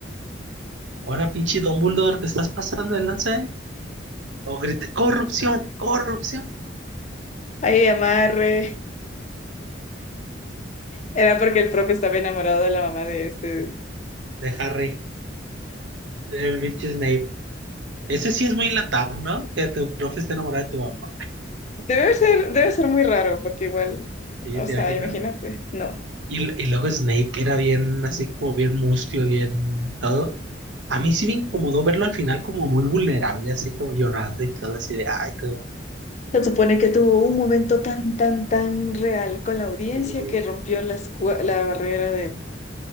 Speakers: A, on the right; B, on the left.
A: Ahora pinche Dumbledore, te estás pasando el lance, ¿eh? O grite, corrupción, corrupción.
B: Ahí amarre. Era porque el profe estaba enamorado de la mamá de este.
A: De Harry. El pinche Snape. Ese sí es muy latado, ¿no? Que tu profe esté enamorado de tu mamá.
B: Debe ser, debe ser muy raro, porque igual,
A: ¿Sí?
B: o
A: ¿Te
B: sea,
A: imaginas?
B: imagínate, no.
A: Y, y luego Snape, que era bien así como bien mustio, bien todo. A mí sí me incomodó verlo al final como muy vulnerable, así como llorando y todo así de, ay, todo,
B: Se supone que tuvo un momento tan, tan, tan real con la audiencia
A: eh,
B: que rompió las cua- la, barrera de